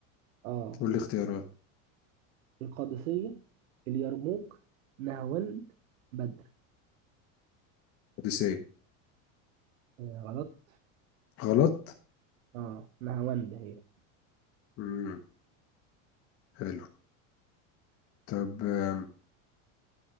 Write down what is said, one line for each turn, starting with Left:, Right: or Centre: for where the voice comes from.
Right: اه
Left: قول لي اختيارات
Right: القادسية اليرموك نهاوند بدر
Left: أوديسيه
Right: آه غلط
Left: غلط؟
Right: اه نهاوند هي
Left: امم حلو طب آم،